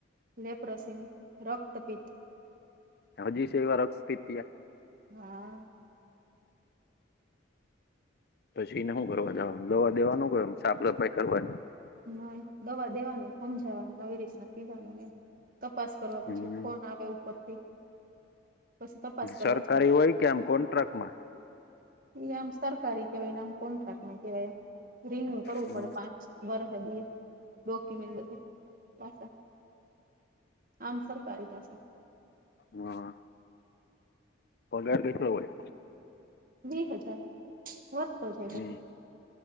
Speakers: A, on the right; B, on the left.
A: લેપરોસિન રક્તપીઠ
B: હજી છે એવા રક્ષપિત્યા.
A: હા
B: પછી એને શું કરવા જવાનું દવા દેવાનું કમ સાફ સફાઈ કરવા.
A: ના દવા દેવાની સમજાવાની નવી રીતના પીવાની નહી. તપાસ કરવા પછી
B: હમ
A: ફોન આવે ઉપરથી. કશ તપાસ કરવા
B: સરકારી
A: છ
B: હોય કે આમ કોન્ટ્રાક્ટમાં
A: એ આમ સરારકારી કેવાય નામ કોણ રાાખ કેવાય. રિન્યુ કરવું
B: હમ
A: પડે પાંચ વર્ખદી ડોક્યુમેન્ટ બધ પાછ આમ સરકારી પાસે.
B: હા પગાર બેઠલો હોય.
A: વી હજાર બ પ
B: હમ